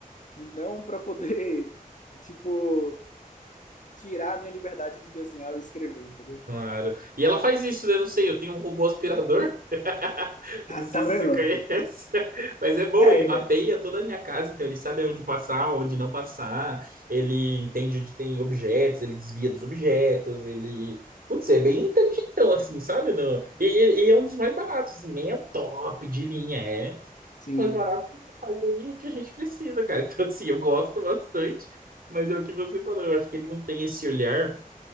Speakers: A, on the left; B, on the right.
A: e não para poder, <laughs> tipo, tirar a minha liberdade de desenhar ou escrever, entendeu?
B: claro. E ela faz isso, né? Não sei, eu tenho um robô aspirador. <laughs> Eu
A: Ah,
B: não sei
A: tá
B: se
A: vendo?
B: você conhece, <laughs> mas é bom,
A: É,
B: ele mapeia toda a minha casa, então ele sabe onde passar, onde não passar, ele entende onde tem objetos, ele desvia dos objetos, ele... Putz, é bem inteligentão, assim, sabe? Não... E, e- e é um dos mais baratos, assim, nem é o top de linha, é
A: sim.
B: mais barato que faz aí o que a gente precisa, cara. <laughs> Então, assim, eu gosto bastante, mas é o que você falou. Eu acho que ele não tem esse olhar,